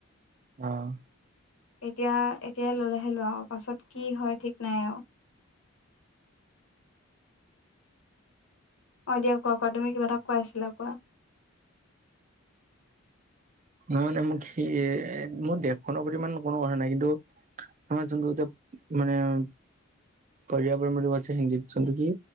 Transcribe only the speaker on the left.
এতিয়া, এতিয়া ললেহে লোৱা আও পাছত কি হয় ঠিক নাই আও। অ' দিয়া কোৱা, কোৱা তুমি কিবা এটা কৈ আছিলা কোৱা?